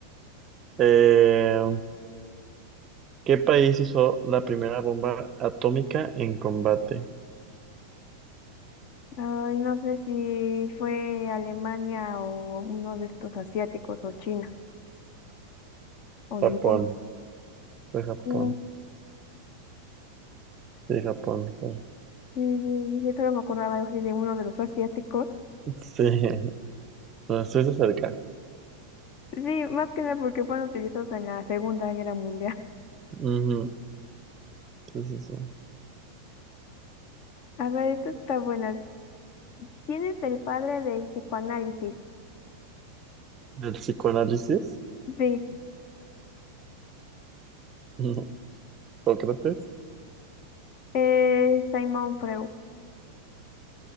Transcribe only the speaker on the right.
Eh, ¿Qué país usó la primera bomba atómica en combate?
Japón.
Fue Japón.
Sí, Japón. fue.
Sí. <laughs> No, estuviste cerca.
Ujú. Sí, sí, sí.
¿Del psicoanálisis?
<laughs> No. ¿Sócrates?